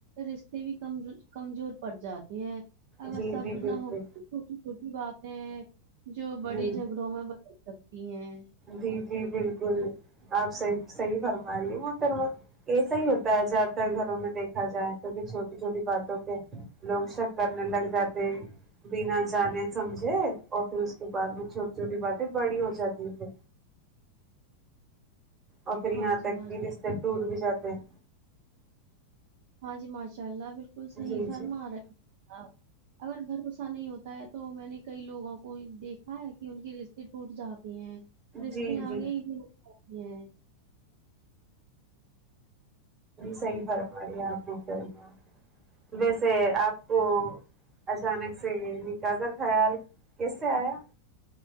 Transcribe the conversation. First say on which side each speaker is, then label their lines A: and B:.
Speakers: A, on the right; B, on the right.
A: رشتے بھی کم کمزور پڑ جاتے ہیں اگر
B: جی
A: سبر
B: جی بالکل
A: نہ ہوتا تو چھوٹی چھوٹی باتیں جو بڑے
B: جی
A: جھگ بڑوں میں بدل سکتی ہیں
B: جی جی بالکل آپ صحیح صحیح فرما رہی ہے مہترمہ ایسا ہی ہوتا ہے زیادہ تر گھروں میں دیکھا جائے تو چھوٹی چھوٹی باتوں پے لوگ شک کرنے لگ جاتے بنا جانے سمجھے اور پھر اس کے بعد میں چھوٹی چھوٹی باتیں بڑی ہو جاتی ہے اور پھر یہاں
A: ہاں جی
B: تک
A: ماش
B: بھی رشتے ٹوٹ بھی جاتے ہیں
A: ہاں جی ماشاء اللہ بالکل صحیح
B: جی
A: فرمارہی
B: جی
A: ہے آپ اگر بھروسہ نہیں ہوتا ہے تو میں نے کئی لوگوں کو دیکھا ہے کی ان کے رشتے ٹوٹ جاتے ہیں رشتے
B: جی جی
A: آگے ہی نہیں بڑ پاتے ہیں
B: صحیح فرم رہی ہے آپ محترمہ ویسے آپ کو اچانک سے نکاح کا خیال کیسے آیا